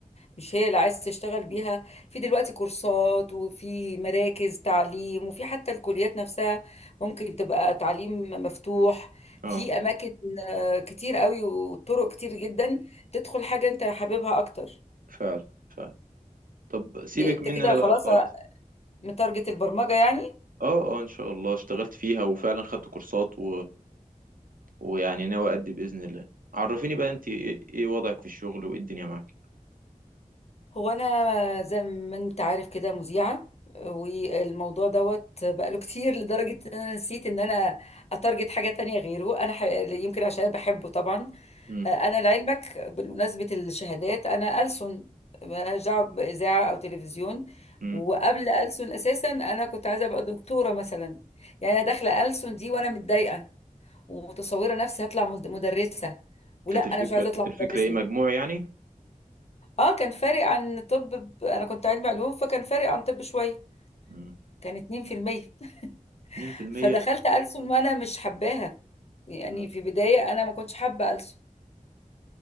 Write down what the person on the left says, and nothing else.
مش هي اللي عايز تشتغل بيها في دلوقتي كورسات وفي مراكز تعليم وفي حتى الكليات نفسها ممكن تبقى تعليم مفتوح
في اماكن آه، كتير قوي وطرق كتير جدا تدخل حاجة انت حاببها اكتر
إيه، انت
كده
خلاص
متارجت البرمجة يعني
هو انا زي ما انت عارف كده مذيعه والموضوع دوت بقاله كتير لدرجه ان انا نسيت ان انا اتارجت حاجه تانية غيره انا ح... يمكن عشان أنا بحبه طبعا
انا لعلمك بمناسبه الشهادات انا ألسن مالهاش دعوه باذاعه او تلفزيون
وقبل ألسن اساسا انا كنت عايزه ابقى دكتوره مثلا يعني انا داخله ألسن دي وانا متضايقه ومتصوره نفسي هطلع مد- مدرسه ولا
انا
مش عايزه
اطلع
مدرسه
اه كان فارق عن طب ب- انا كنت علمي علوم فكان فارق عن طب شويه
كان 2% <laughs>
فدخلت ألسن وانا مش حباها يعني
في بدايه انا ما كنتش حابه ألسن